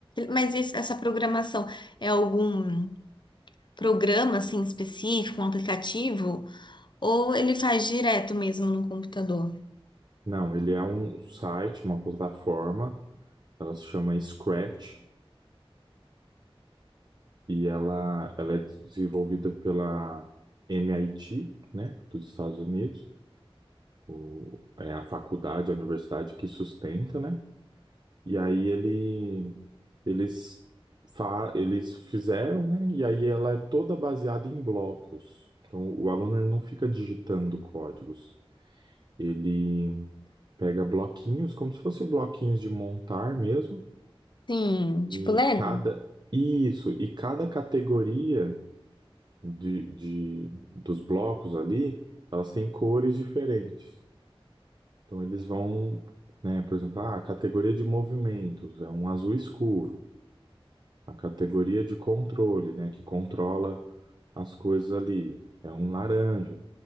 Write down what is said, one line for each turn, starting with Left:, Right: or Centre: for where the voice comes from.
Left: Mas esse- essa programação é algum programa, assim, específico, um aplicativo? Ou ele faz direto mesmo no computador?
Right: Não, ele é um site, uma plataforma, ela se chama Scratch, e ela, ela é desenvolvida pela MIT, né, dos Estados Unidos. o- é a faculdade, a universidade que sustenta, né? E aí ele, eles, fa, eles fizeram, né? E aí ela é toda baseada em blocos. Então o aluno ele não fica digitando códigos. Ele pega bloquinhos, como se fossem bloquinhos de montar mesmo,
Left: Sim,
Right: e
Left: tipo Lego?
Right: cada isso, e cada categoria de, de, dos blocos ali, elas têm cores diferentes. Então eles vão, né, por exemplo, ah, a categoria de movimentos é um azul escuro, a categoria de controle, né, que controla as coisas ali, é um laranja.